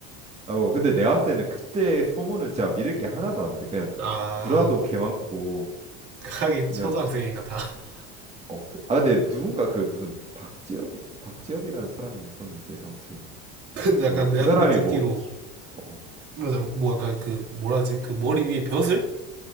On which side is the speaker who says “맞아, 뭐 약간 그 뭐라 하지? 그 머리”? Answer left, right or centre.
Right